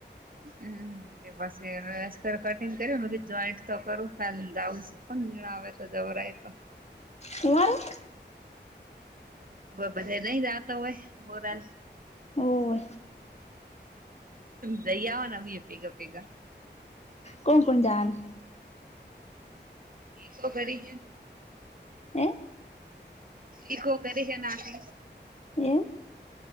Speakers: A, on the right (about 50°); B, on the left (about 35°).
A: હમ્મ અ અસ્તર કટિંગ કર્યું મેં કીધું જોઈન્ટ. તો કરું ખાલી બ્લાઉઝ છે પણ મેળ આવે તો જવરાય તો.
B: હું મારા.
A: બધે નહી રાતો હોય બોરાલ.
B: ઓ.
A: જઈ આવાના અમીય ભેગા ભેગા.
B: કોણ કોણ જાવાન હે.
A: ઈ ખબરિ.
B: હે.
A: ઈકો કરી હે ના કે.
B: એમ